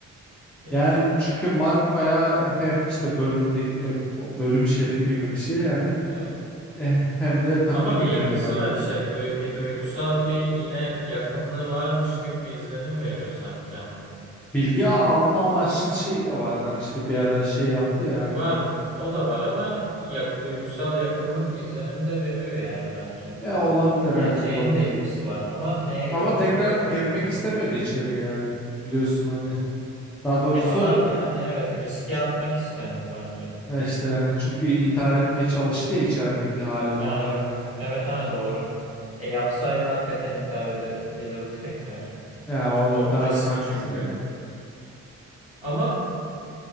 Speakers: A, on the right; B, in the centre.
A: Değişik.
B: Yani çünkü Mark bayağı hem işte bölümdeki e, bu bölüm şefi gibi bir şey yani
A: Evet.
B: eh, hem de takım
A: Ama
B: lideri
A: bir ilgisi
B: daha
A: var
B: doğrusu.
A: işte bir, duy- bir duygusal
B: Hı.
A: bir yine yakınlığı varmış gibi bir izlenim veriyor sanki ama.
B: Bilgi a- alma amaçlı şeyi de vardı hani işte bir ara şey yaptı ya hani.
A: Var. O da var ama yak, duygusal yakınlık izlenim de veriyor yani bence.
B: Ya
A: O
B: olabilir
A: gerçeğin
B: evet olabilir.
A: de ilgisi var ama neye göre
B: Ama tekrar
A: var tabii
B: girmek
A: onu bilmiyorum.
B: istemedi içeriye yani biliyorsun hani. Daha doğrusu
A: E ama yani evet riske
B: ç-
A: atmak istemedi bence.
B: ya işte yani çünkü intihar etmeye çalıştı ya içerideki hali falan
A: Ha evet.
B: hani.
A: Evet ha doğru. E yapsaydı hakikaten intihar edebilirdi <laughs> tekrar.
B: Ya o
A: O,
B: intihar
A: o riskli
B: sahnesi
A: çünkü.
B: evet.
A: Ama